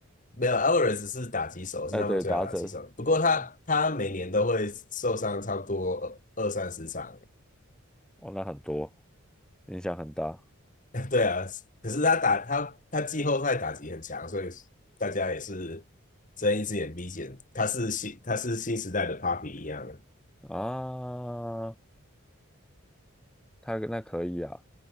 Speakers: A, on the left; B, in the centre.
A: 没有 Alvarez 是打击手，是他们最好的打击手。
B: 哎，对，打者，
A: 不过他他每年都会受伤，
B: 嗯
A: 差不多二二三十场。
B: 哦，那很多，影响很大
A: <laughs> 对啊，可是他打他他季后赛打击很强，所以大家也是睁一只眼闭一只眼。他是新他是新时代的 Papi 一样。的，
B: 啊。他那可以啊，